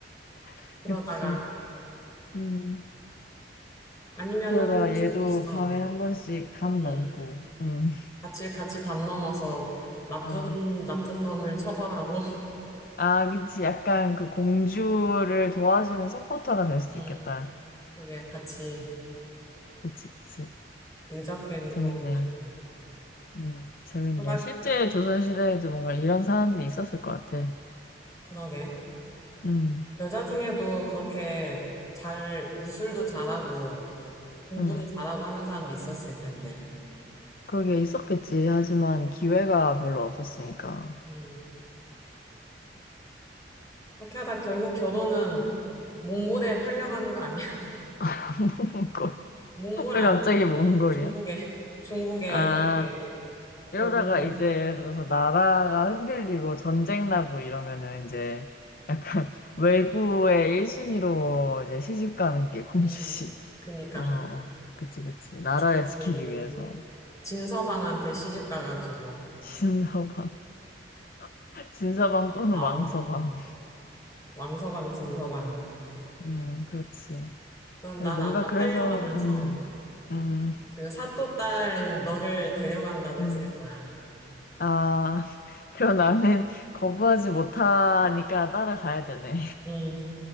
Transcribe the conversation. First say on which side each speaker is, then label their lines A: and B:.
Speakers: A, on the left; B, on the left.
A: <laughs>
B: 그러다가
A: 그치. 음.
B: 아니면은
A: 그러다가
B: 그럴 수도
A: 얘도
B: 있어.
A: 밤에 한 번씩 담
B: 응.
A: 넘고. 음.
B: 같이 같이 담 넘어서 나쁜
A: 어.
B: 나쁜 놈을 처벌하고 <laughs>
A: 아, 그치. 약간 그 공주를 도와주는 서포터가 될 수
B: 응.
A: 있겠다.
B: 그게 같이
A: 그치, 그치.
B: 의적 행동을
A: 재밌네.
B: 하는.
A: 음, 재밌네.
B: 그러
A: 실제 조선시대에도 뭔가 이런 사람들이 있었을 것 같아.
B: 그러게.
A: 음,
B: 여자 중에도 그렇게 잘, 무술도 잘하고, 공부도
A: 음.
B: 잘하고 하는 사람도 있었을 텐데.
A: 그러게 있었겠지. 하지만 기회가 별로 없었으니까.
B: 음. 그렇게 하다 결국 결혼은 몽골에 팔려가는 거 아니야? <laughs>
A: <laughs> 몽골.
B: 몽골
A: 왜
B: 아니고
A: 갑자기 몽골이야?
B: 중국, 중국에, 중국에
A: 아.
B: 이렇게
A: 이러다가
B: 볼모로,
A: 이제 예를 들어서 나라가 흔들리고 전쟁 나고 이러면은 이제 약간 <laughs> 외국의 1순위로 이제 시집 가는 게 공주시.
B: 음, 그니까.
A: 어, 어. 그치, 그치. 나라를
B: 중국에
A: 지키기
B: 있는
A: 위해서.
B: 진서방한테 시집 가가지고,
A: 진서방. <laughs> 진서방 또는
B: 아오
A: 왕서방.
B: 왕서방, 진서방.
A: 음, 그렇지.
B: 그럼
A: 그리고
B: 난
A: 뭔가
B: 아마
A: 그래서,
B: 팔려가면서
A: 음, 음,
B: 그 사또 딸인 너를 데려간다고
A: 음.
B: 했을 거야.
A: 아, <laughs> 그럼 나는 거부하지 못하니까 따라가야 되네.
B: 음.